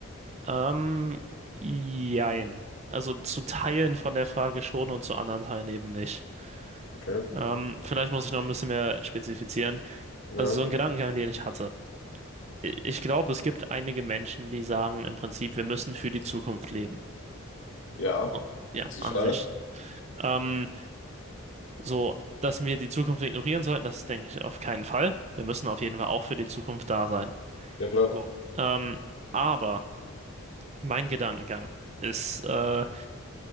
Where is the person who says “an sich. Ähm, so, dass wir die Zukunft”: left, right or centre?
Right